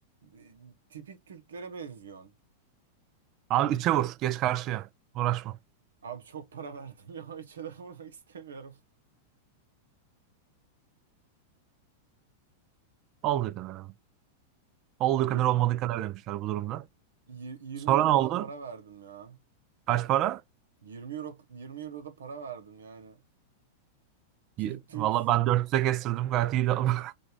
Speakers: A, on the right; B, on the right.
A: e, tipik Türklere benziyorsun.
B: Abi içe vur. Geç karşıya. Uğraşma.
A: Abi çok para verdim ya <laughs> hiç de vurmak istemiyorum.
B: Olduğu kadar abi. Olduğu
A: Yir-
B: kadar olmadığı kadar demişler bu durumda.
A: yir- 20
B: Sonra
A: euro
B: ne oldu?
A: da para verdim ya.
B: Kaç para?
A: 20 euro 20 euro da para verdim yani. Türk
B: Y-
A: Türk
B: Valla ben 400'e kestirdim. Gayet iyi de. <laughs>